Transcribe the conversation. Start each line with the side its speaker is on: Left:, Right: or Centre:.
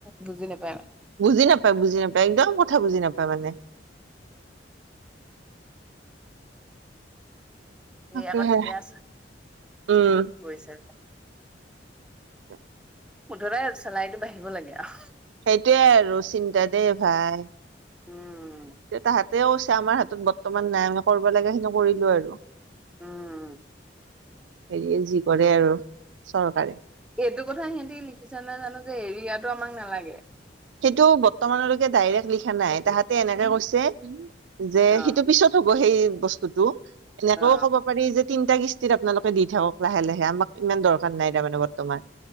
Centre: বুজি নাপায় মানে
Right: বুজি নাপায় বুজি নাপায় একদম কথা বুজি নাপায় মানে
Centre: স
Right: তাকেহে
Centre: আকৌ ঠিকে আছে
Right: উম
Centre: গৈছে
Right: ক
Centre: মুঠতে চেলাইটো বাঢ়িব লাগে আৰু
Right: সেইটোৱে আৰু চিন্তা দেই ভাইষ
Centre: উম।
Right: তেতা হাতেওছে আমাৰ হাতত বৰ্তমান নাই আম কৰিব লগাগে সিনি কৰিলো আৰু
Centre: উম।
Right: হেৰি যি কৰে আৰু চৰকাৰে
Centre: এইটো কথা সিহঁতি লিখিছ নে জানো যে এৰিয়াতটো আমাক নালাগে
Right: সেইটো বৰ্তমানলৈকে ডাইৰেক্ট লিখা নাই তাহাতে এনেকে কৈছে যে
Centre: অ
Right: সেইটো পিছত হ'ব সেই বস্তুতটো এনেকেও
Centre: অ
Right: ক'ব পাৰি যে তিনিটা কিস্তিত আপোনালোকে দি থাকক লাহে লাহে আমাক ইমান দৰকাৰ নাই তাৰমানে বৰ্তমান